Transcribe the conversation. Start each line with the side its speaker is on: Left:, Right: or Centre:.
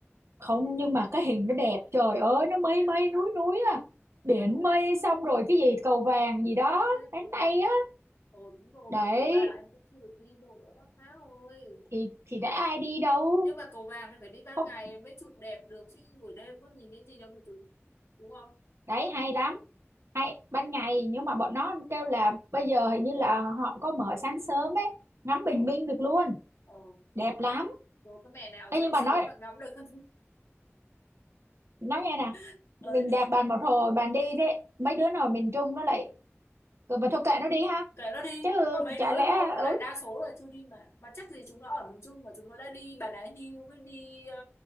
Right: không nhưng mà cái hình nó đẹp trời ơi nó mây
Left: để
Right: mây
Left: vẫn mà
Right: núi núi à biển
Left: chết rồi
Right: mây xong rồi cái gì cầu vàng gì đó
Left: chết
Right: cánh
Left: rồi
Right: tay á
Left: ồ đúng rồi
Right: đấy
Left: cái cầu vàng em cũng chưa được đi nữa má ơi
Right: thì thì đã ai đi đâu
Left: nhưng mà cầu vàng thì phải đi ban
Right: không
Left: ngày mới chụp đẹp được chứ buổi đêm có nhìn thấy gì đâu mà chụp đúng không
Right: đấy hay lắm hay ban ngày nhưng mà bọn nó kêu là bây giờ hình như là họ có mở sáng sớm ấy ngắm
Left: ờ
Right: bình minh được luôn
Left: ờ
Right: đẹp lắm
Left: rồi có mẹ nào dậy
Right: Ê, nhưng mà
Left: sớm
Right: nói
Left: mà ngắm được không
Right: nói nghe nè
Left: <laughs>
Right: mình
Left: ấy
Right: đạp bàn một hồi bàn đi đấy mấy đứa nào miền Trung nó lại "Ờ, mà thôi kệ nó đi ha
Left: kệ nó đi
Right: chứ
Left: có mấy
Right: chả
Left: đứa
Right: lẽ
Left: thôi còn
Right: ừ
Left: lại đa số là chưa đi mà mà chắc gì chúng nó ở miền Trung mà chúng nó đã đi Bà Nà Hills với đi ờ,